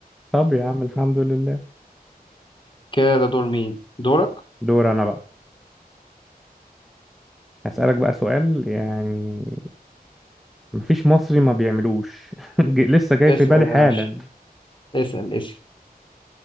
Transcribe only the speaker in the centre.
طب يا عم الحمد لله
دور انا بقى هسألك بقى سؤال يعني مفيش مصري ما بيعملوش <laughs> ج- لسه جاي
في بالي حالا